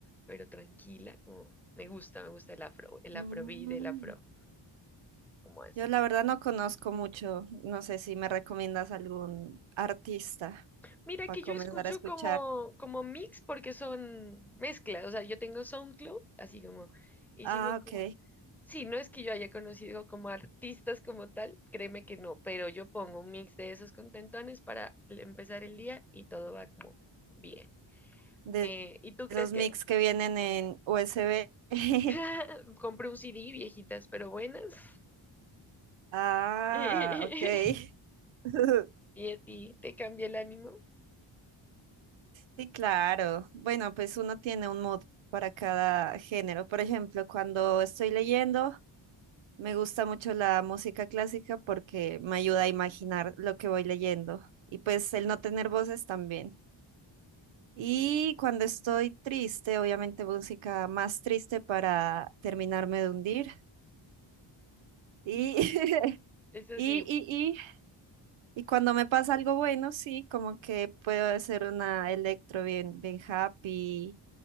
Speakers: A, in the centre; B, on the right.
A: pero tranquila, como me gusta, me gusta el afro, el
B: Mm,
A: afrobeat, el afro, como así.
B: Yo la verdad no conozco mucho. No sé si me recomiendas algún artista
A: Mira
B: para
A: que
B: comenzar
A: yo escucho
B: a escuchar.
A: como, como mix porque son mezclas, o sea, yo tengo SoundCloud, así como, y
B: Ah,
A: sigo como,
B: ok.
A: sí, no es que yo haya conocido como artistas como tal, créeme que no, pero yo pongo un mix de esos contentones para empezar el día y todo va como bien.
B: De
A: Eh, ¿y tú crees
B: esos
A: que
B: mix que vienen en USB. <laughs>
A: <laughs> Compré un CD, viejitas, pero buenas.
B: Ah,
A: <laughs>
B: ok. <laughs>
A: Y, a ti te cambia el ánimo.
B: Sí, claro. Bueno, pues uno tiene un mood para cada género. Por ejemplo, cuando estoy leyendo, me gusta mucho la música clásica porque me ayuda a imaginar lo que voy leyendo. Y pues el no tener voces también. Y
A: Mm.
B: cuando estoy triste, obviamente música más triste para terminarme de hundir. Y, <laughs>
A: Eso
B: y,
A: sí,
B: y, y, y cuando me pasa algo bueno, sí, como que puedo hacer una electro bien, bien happy